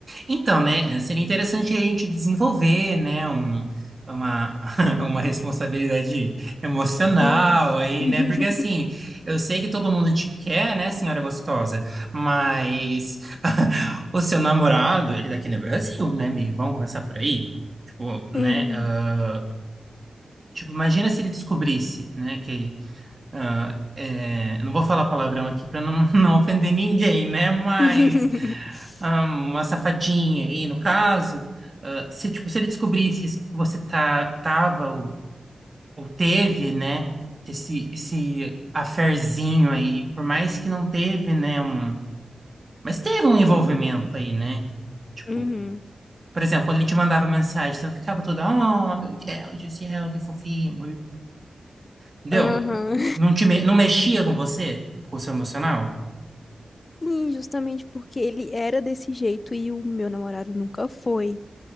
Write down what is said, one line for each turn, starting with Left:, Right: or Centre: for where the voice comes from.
Right: Então, né, seria interessante a gente desenvolver, né, um, uma, <laughs> uma responsabilidade emocional
Left: Hum.
Right: aí,
Left: <laughs>
Right: né, porque assim, eu sei que todo mundo te quer, né, senhora gostosa, mas <laughs> o seu namorado, ele tá aqui no Brasil, né, amiga? Vamos começar por aí? Tipo, né,
Left: Uhum.
Right: ah, tipo, imagina se ele descobrisse, né, que ah, é, eu não vou falar palavrão aqui para não, <laughs> não ofender ninguém, né? Mas
Left: <laughs>
Right: ah, uma safadinha aí, no caso, ah, se tipo se ele descobrisse que você tá tava ou, ou teve, né? Esse esse affairzinho aí, por mais que não teve, né? Um, mas teve um envolvimento aí, né? Tipo,
Left: Uhum.
Right: por exemplo, quando ele te mandava mensagem, você não ficava toda, oh, meu Deus do céu, que fofinho. Entendeu?
Left: Aham.
Right: Não te me- não mexia com você, com o seu emocional?
Left: Sim, justamente porque ele era desse jeito e o meu namorado nunca foi.